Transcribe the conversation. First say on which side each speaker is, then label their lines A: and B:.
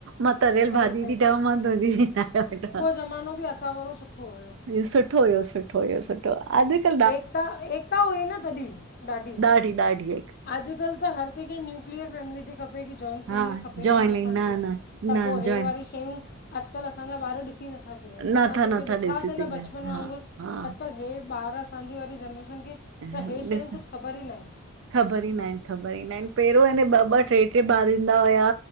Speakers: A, on the right; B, on the left.
A: मां तरियल
B: सही
A: भाॼी ती ठायां मां तुंहिंजी थी ठाहे वठां।
B: जमानो ॿि अ असा वारो सुठो हुओ।
A: इ सुठो हुयो, सुठो हुयो, सुठो अॼकल्ह
B: एकता, एकता हुई न तॾहिं ॾाढी।
A: ॾढी-ॾाढी ए
B: अॼुकल्ह त हर कंहिंखे न्यूक्लियर फैमिली थी खपे की जॉइंट फैमिली
A: हा
B: खपे
A: जॉइनिंग
B: कान असांखे,
A: न न
B: त
A: न
B: पोइ हे
A: जॉइन
B: वरी शयूं अॼुकल्ह असांजा ॿार ॾिसी नथा सिघंन
A: नथा
B: असां जेके
A: नथा
B: ॾिठासीं
A: ॾिसी सघनि
B: न बचपन
A: हा
B: वांगुरु
A: हा
B: त अॼुकल्ह हे ॿार असांजी वारी जनरेशन खे
A: ऐं
B: त हे शयूं
A: ॾिस
B: कुझु
A: <unintelligible>
B: ख़बर ई न आहिनि
A: ख़बर ई ना आहिनि ख़बर ई ना आहिनि पहिरों अने ॿ-ॿ टे-टे ॿार ईंदा हुया